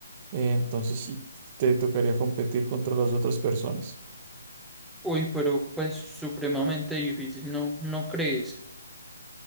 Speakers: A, on the right; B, in the centre.
A: eh, entonces sí te tocaría competir contra las otras personas.
B: Uy, pero pues supremamente difícil, ¿no? ¿No crees?